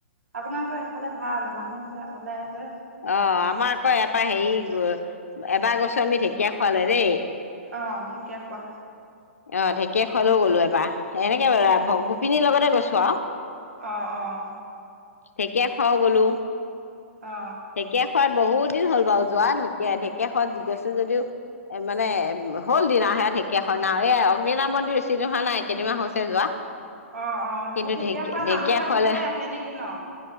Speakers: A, on the right; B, on the left.
A: আপোনালোকৰ সেইফালে ভাল মানুহ বিলাক ওলাই যে
B: অ আমাৰ আকৌ এয়াৰপৰা হেৰি এবাৰ গছো আমি ঢেকীয়া খোৱালে দেই
A: অ ঢেকীয়া খোৱা
B: অ ঢেকে খলো গ'লো এবাৰ এনেকে বাৰ গোপিনীৰ লগতে গৈছো কোৱা
A: অঁ অঁ
B: ঢেকীয়া খাও গলো
A: অ
B: ঢেকিয়া খোবাত বহুত দিন হ'ল বাৰু যোৱা ঢেকীয়া ঢেকীয়াখনত গৈছো যদিও এ মানে হ'ল দিনা সে ঢেকীয়াখন না এই মীন মন্দিৰ ৰিচিৰ্ভ হোৱা নাই কেইদিনমাহ হৈছে যোৱা
A: অ অ
B: কিন্তু
A: সেই ঢেকীয়াখোৱা
B: ঢেকী ঢেকীয়াখোৱালে
A: নামঘৰ সেইফালে আহে নেকি ন